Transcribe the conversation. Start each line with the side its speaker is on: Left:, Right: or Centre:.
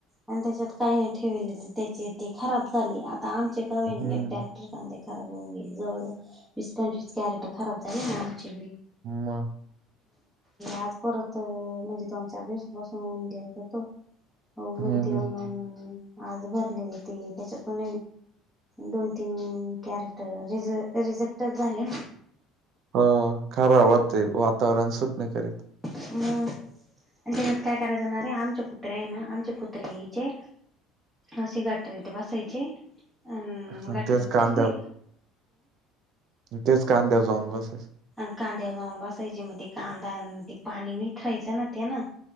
Centre: आणि त्याच्यात काही नाही ठेवले त्याची तेी खराब झाली आता आमचे कवाय
Right: हम्म
Centre: नाही एकट्यात हे कांदे खराब होऊन गेले जवळ जवळ वीस पंचवीस कॅरेट खराब झाली ऐवी
Right: म
Centre: आज परत तर म्हणजे दोन चार दिवसापासून ऊन घ्य होतो होऊन
Right: हम्म
Centre: देऊन
Right: हम्म
Centre: आज भरली ती त्याच्यातून दोन तीन कॅरेट र रिझेक्टच झाले
Right: ह खराब वाते वातावरण सुटणे करीत
Centre: म त्याच्यात काय कराय जाणारे आमचे कुत्रे आहे ना आमचे कुत्रे हचे असे गटरीत बसायचे अ
Right: आणि
Centre: गटरीत
Right: तेच कांद्यावर
Centre: दिसले
Right: तेच कांद्यावर जाऊन बसेस
Centre: आणि कांद्यावर जाऊन बसायचे मग ते कांदा ते पाणी निथ राहायचं ना त्या ना